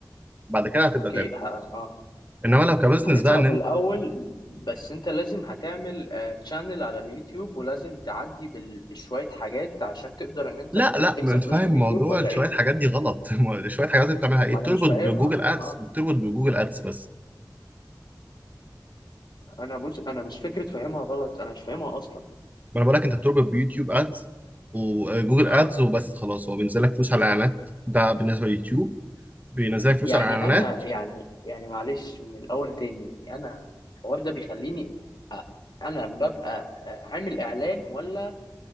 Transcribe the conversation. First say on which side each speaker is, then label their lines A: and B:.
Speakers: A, on the right; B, on the left.
A: بعد كده هتبدا
B: اوكي
A: تاخد
B: ه... اه
A: انما لو كبزنس
B: هتدفع
A: بقى ان
B: في
A: انت
B: الاول بس انت لازم هتعمل تشانل على اليوتيوب ولازم تعدي بال... بشوية حاجات عشان تقدر ان انت
A: لا
B: ت-
A: لا
B: تكسب
A: ما انت
B: فلوس
A: فاهم
B: من
A: موضوع
B: اليوتيوب ولا
A: شويه
B: ايه؟
A: حاجات دي غلط <laughs> شويه حاجات انت بتعملها ايه
B: ما
A: بتربط
B: انا مش فاهمها
A: بجوجل ادس
B: اه
A: بتربط بجوجل ادس بس
B: انا بص انا مش فكره فاهمها غلط انا مش فاهمها اصلا
A: ما انا بقول لك انت بتربط بيوتيوب ادز وجوجل
B: اه
A: ادز وبس خلاص هو بينزل لك فلوس على الاعلانات ده بالنسبه لليوتيوب بينزل لك فلوس
B: يعني
A: على الاعلانات
B: انا يعني يعني معلش من الاول تاني يعني انا الحوار ده بيخليني أ- انا ببقى أ- عامل اعلان ولا